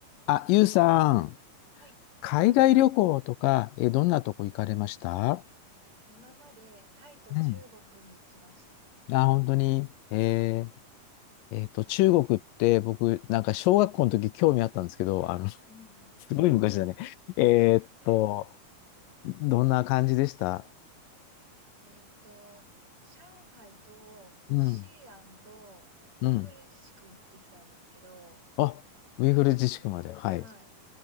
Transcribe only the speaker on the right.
はい。
今までタイと中国に行きました。
うん
うん。<laughs>
えっと、上海と西安とウイグル自治区に行ってきたんですけど、
はい。